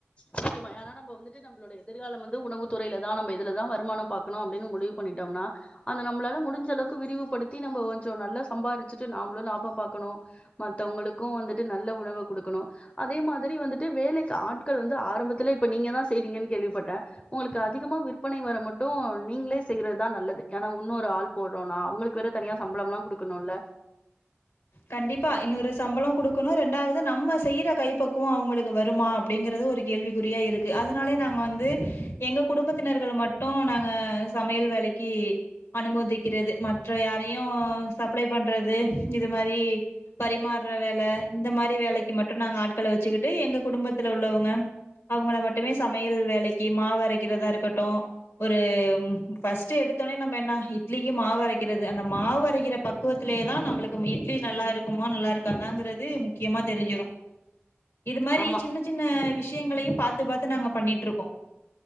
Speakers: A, on the left (about 25°); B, on the left (about 75°).
A: நிச்சயமா ஏனா நம்ம வந்துட்டு நம்மளோட எதிர்காலம் வந்து உணவு துறையில தா நம் இதுல தா வருமானோ பாக்கணு அப்டின்னு முடிவு பண்ணிட்டோம்னா அந்த நம்மலால முடிஞ்சளவுக்கு விரிவுபடுத்தி நம் ம்போ கொஞ்சோ நல்லா சம்பாரிச்சுட்டு நாம்ளு லாபம் பாக்கணு மத்தவங்களுக்கு வந்துட்டு நல்ல உணவ குடுக்கணு அதே மாதிரி வந்துட்டு வேலைக்கு ஆட் கள் வந்து ஆரம்பத்திலே இப்ப நீங்க தா செய்றீங்கன் கேள்விப்பட்டே உங்களுக்கு அதிகமா விற்பனை வர மட்டு நீங்ளே செய்றதுதா நல்லது ஏனா உன்னொரு ஒரு ஆள் போட்றோனா அவங்களுக்கு வேற தனியா சம்பளம்லா குடுக்கணும்ல
B: கண்டிப்பா இன்னொரு சம்பளோ குடுக்கணு ரெண்டாவது நம்ம செய்யற கைப்பக்குவோ அவங்களுக்கு வரு வருமா அப்டிங்கறது ஒரு கேள்விக்குறியா இருக்கு அதனாலே நாங் க வந்து எங்க குடும்பத்தினர்கள்ல மட்டு நாங்க சமையல் வேலைக்கி அனுமதிக்கிற றது மற்ற யாரையு சப்ளை பண்றது இது இது மாரி பரிமார்ற வேல இந்த மாரி வேலைக்கு மட்டு நாங்க ஆட்கள வச்சுக்கிட்டு எங்க குடும்பத்துல உள்ள உள்ளவங்க அவுங்கள மட்டுமே சமையல் வேலைக்கு மாவரைக்கிறதா இருக்கட்டு ஒரு ஃபர்ஸ்ட் எடு எடுத்தோனே நம்ம என்னா இட்லிக்கு மாவரைக்கிறது அந்த மாவரைகிற பக்குவத்திலே தா நம்மளுக் இட்லி நல்லா இருக்குமா நல்லா இருக்காதாங்கிறது முக்கியமா தெரிஞ்சிரு இது மாதிரி
A: ஆமா
B: சின்ன சின்ன விஷயங்களையு பாத்து பாத்து நாங்க பண்ணிட்ருக்கோ